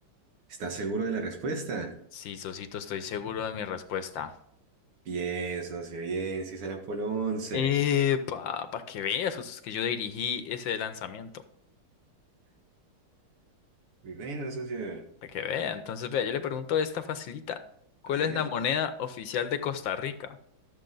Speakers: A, on the right (about 85°); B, on the left (about 70°).
A: ¿Estás seguro de la respuesta?
B: Sí, Sosito, estoy seguro de mi respuesta.
A: Bien, socio, bien, sí es el Apolo 11.
B: Eh, para que veas, Sos, es que yo dirigí ese lanzamiento.
A: Muy bueno, socio.
B: Para que vea. Entonces, vea, yo le pregunto esta facilita. ¿Cuál
A: A ver.
B: es la moneda oficial de Costa Rica?